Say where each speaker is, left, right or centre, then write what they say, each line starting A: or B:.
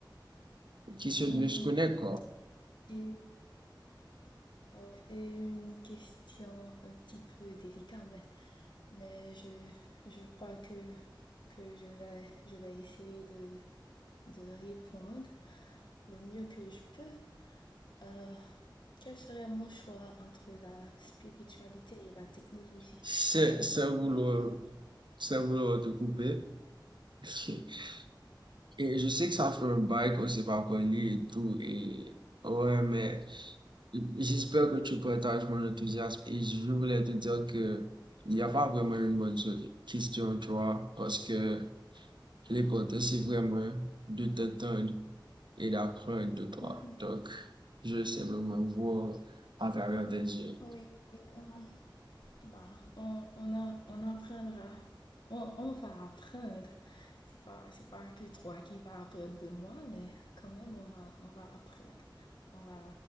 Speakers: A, on the right; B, on the left.
A: qui se mieux
B: mhm.
A: se connaît, quoi.
B: C'est oh, c'est une question un petit peu délicate, mais, mais je, je crois que, que je vais, je vais essayer de, de répondre le mieux que je peux. Euh, quel serait mon choix entre la spiritualité et la technologie?
A: C'est, c'est vouloir,
B: Euh,
A: c'est vouloir te couper. <laughs> Et je sais que ça fait un bail qu'on s'est pas parlé et tout. Et ouais, mais j'espère que tu partages mon enthousiasme. Et je voulais te dire que il n'y a pas vraiment une bonne solu- question, tu vois, parce que l'important, c'est vraiment de t'entendre et d'apprendre de toi.
B: mhm,
A: Donc, je vais simplement voir à travers tes yeux.
B: oui. euh, Bah, on, on a, on apprendra. On, on va apprendre. C'est pas, c'est pas que toi qui vas apprendre de moi, mais quand même, on va, on va apprendre. On va